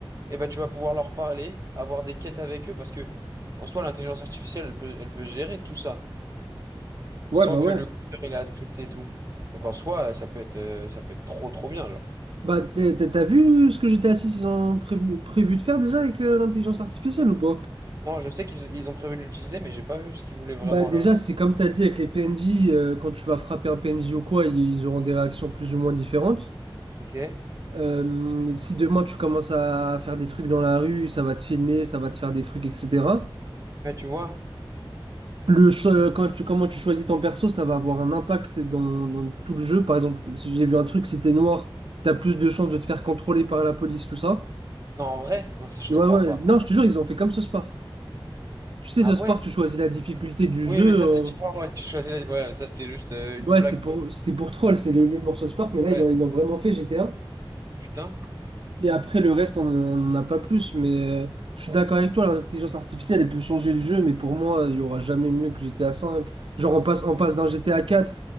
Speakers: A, on the right; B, on the right.
A: eh ben, tu vas pouvoir leur parler, avoir des quêtes avec eux, parce que en soi, l'intelligence artificielle, elle peut, elle peut gérer tout ça,
B: Ouais,
A: sans
B: bah
A: que
B: ouais.
A: le codeur, il a scripté et tout. Donc en soi, ça peut être, euh, ça peut être trop trop bien, genre.
B: Bah, t'es- t'es- t'as vu ce que j'étais assis ils ont prévenu, prévu de faire déjà avec euh, l'intelligence artificielle ou pas?
A: Non, je sais qu'ils ils ont prévu de l'utiliser, mais j'ai pas vu ce qu'ils voulaient vraiment
B: Bah, déjà,
A: là.
B: c'est comme t'as dit avec les PNJ, euh, quand tu vas frapper un PNJ ou quoi, ils ils auront des réactions plus ou moins différentes.
A: Ok.
B: Euh, si demain tu commences à faire des trucs dans la rue, ça va te filmer, ça va te faire des trucs, etc.
A: Ouais, tu vois?
B: Le, cho- euh, quand tu, comment tu choisis ton perso, ça va avoir un impact dans, dans tout le jeu. Par exemple, si j'ai vu un truc, si t'es noir, t'as plus de chances de te faire contrôler par la police, tout ça.
A: Non, en vrai? Non, ça, je
B: Ouais,
A: te crois
B: ouais.
A: pas.
B: Non, je te jure, ils ont fait comme ce Spark. Tu sais,
A: Ah
B: ce
A: ouais?
B: Park, tu choisis la difficulté du
A: Oui,
B: jeu.
A: mais ça,
B: en-
A: c'est différent. Ouais, tu choisis la- Ouais, ça, c'était juste euh, une
B: Ouais,
A: blague,
B: c'était pour,
A: quoi.
B: c'était pour troll, c'est le nul Source Park, mais là,
A: Ouais.
B: ils l'ont ils l'ont vraiment fait GTA.
A: Putain.
B: Et après, le reste, on n'en a pas plus. Mais euh, je suis d'accord avec toi, l'intelligence artificielle, elle peut changer le jeu, mais pour moi, il y aura jamais mieux que GTA 5. Genre, on passe, on passe d'un GTA 4